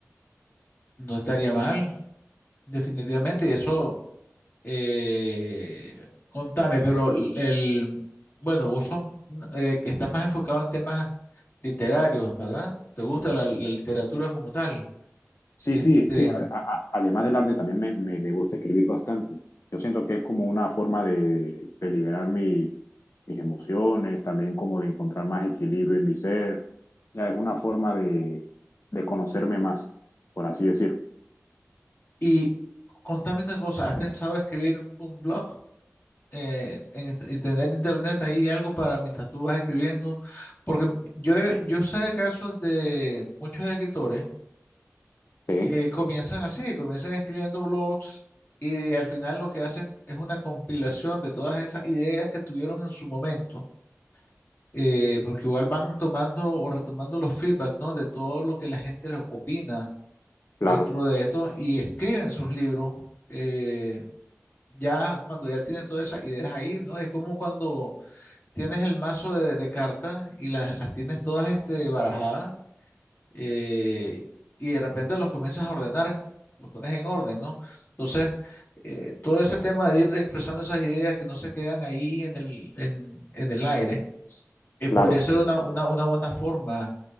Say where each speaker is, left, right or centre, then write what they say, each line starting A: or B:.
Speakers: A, on the left (about 40°); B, on the left (about 60°).
A: No estaría mal, definitivamente. Eso, eh, contame, pero el, el- bueno, vos sos, mm, eh, que estás más enfocado en temas literarios, ¿verdad? ¿Te gusta la, la literatura como tal?
B: Sí,
A: Este,
B: sí, es que a- a- además del arte también me, me- me gusta escribir bastante. Yo siento que es como una forma de, de liberar mi- mis emociones, también como de encontrar más equilibrio en mi ser. Ya es una forma de, de conocerme más, por así decirlo.
A: y contame una cosa, ¿has pensado escribir un blog? eh, en, int- y tener internet ahí algo para mientras tú vas escribiendo, porque yo, he- yo sé de casos de muchos escritores
B: Sí,
A: que comienzan así, comienzan escribiendo blogs y al final lo que hacen es una compilación de todas esas ideas que tuvieron en su momento, eh, porque igual van tomando o retomando los feedback, ¿no? de todo lo que la gente les opina
B: claro,
A: dentro de esto y escriben sus libros. eh, Ya cuando ya tienen todas esas ideas ahí, ¿no? Es como cuando tienes el mazo de, de cartas y las, las tienes todas este, barajadas eh, y de repente los comienzas a ordenar, los pones en orden, ¿no? Entonces, eh, todo ese tema de ir expresando esas ideas que no se quedan ahí en el, en, en el aire, eh,
B: Claro,
A: podría ser una, una, una buena forma.